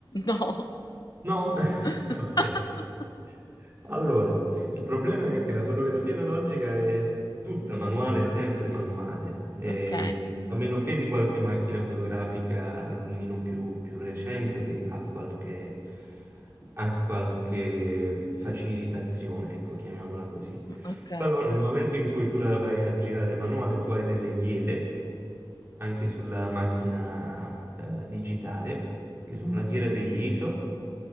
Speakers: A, on the left; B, on the right.
A: No.
B: No?
A: <laughs>
B: <laughs> Ok. Allora, il problema è che la fotografia analogica è tutta manuale, sempre manuale, e,
A: Ok,
B: a meno che di qualche macchina fotografica a rullino più, più recente che ha qualche, ha qualche facilitazione, ecco, chiamiamola così.
A: ok,
B: Però nel momento in cui tu la vai a girare manuale, tu hai delle ghiere anche sulla macchina eh, digitale, che sono la ghiera degli ISO,